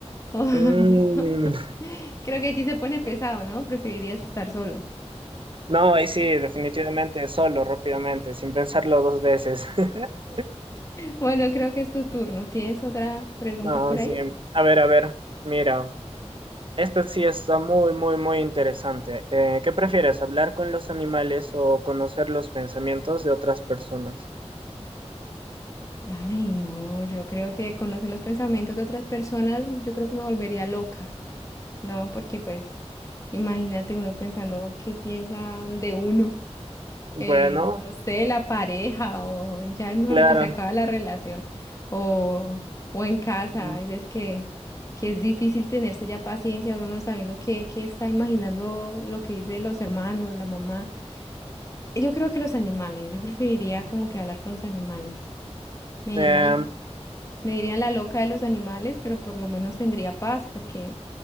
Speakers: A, on the left (about 30°); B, on the right (about 50°).
A: <laughs>
B: Mm,
A: Creo que sí se pone pesado, ¿no? Preferirías estar solo.
B: No, ahí sí, definitivamente, solo, rápidamente, sin pensarlo dos veces. <laughs>
A: Bueno, creo que es tu turno. ¿Tienes otra pregunta
B: No,
A: por ahí?
B: sí. A ver, a ver, mira, esto sí está muy, muy, muy interesante. Eh, ¿qué prefieres, hablar con los animales o conocer los pensamientos de otras personas?
A: Ay, no, yo creo que conocer los pensamientos de otras personas, yo creo que me volvería loca, ¿no? Porque pues imagínate uno pensando qué piensan de uno.
B: Bueno,
A: eh, no sé, la pareja o ya, mejor
B: claro.
A: dicho, se acaba la relación o, o en casa,
B: Mm,
A: a veces que, que es difícil tenerse ya paciencia, uno no sabiendo qué, qué está imaginando lo que dicen los hermanos, la mamá. Yo creo que los animales, yo preferiría como que hablar con los animales. Me
B: eh,
A: dirían, me dirían la loca de los animales, pero por lo menos tendría paz porque,